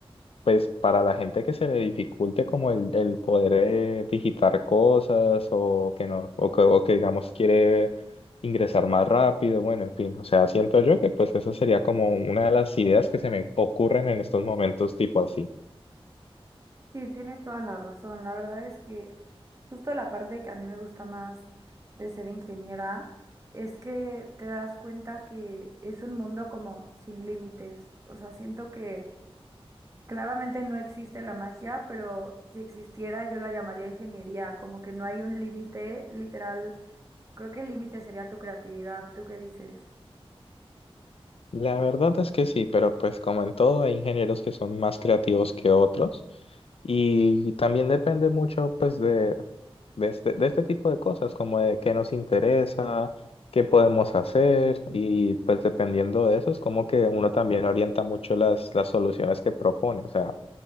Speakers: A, on the left; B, on the right.
A: pues para la gente que se le dificulte como el, el poder eh, digitar cosas o que no, o que, o que digamos quiere ingresar más rápido, bueno, en fin, o sea, siento yo que pues esa sería como una de las ideas que se me ocurren en estos momentos tipo así.
B: Sí, tienes toda la razón. La verdad es que justo la parte que a mí me gusta más de ser ingeniera es que te das cuenta que es un mundo como sin límites. O sea, siento que... Claramente no existe la magia, pero si existiera yo la llamaría ingeniería, como que no hay un límite literal. Creo que el límite sería tu creatividad. ¿Tú qué dices?
A: La verdad es que sí, pero pues como en todo hay ingenieros que son más creativos que otros y también depende mucho pues de, de este, de este tipo de cosas, como de qué nos interesa, qué podemos hacer y pues dependiendo de eso es como que uno también orienta mucho las, las soluciones que propone. O sea,